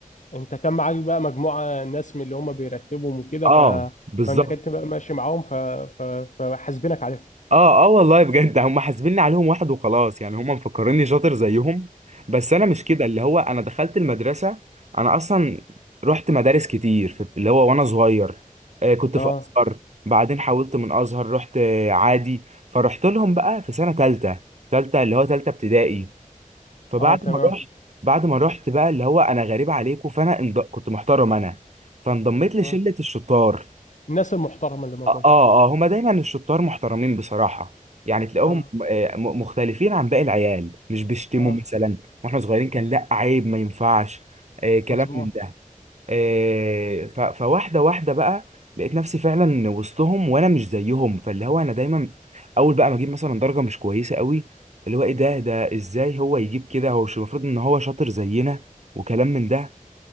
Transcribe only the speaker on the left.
انت كان معاك بقى مجموعة ناس من اللي هم بيرتبهم وكده
ف...
فانت كنت بقى ماشي معاهم ف... ف... فحاسبينك عليها
اه
اه تمام
اه
الناس المحترمة اللي موجودة
اه
اه
مظبوط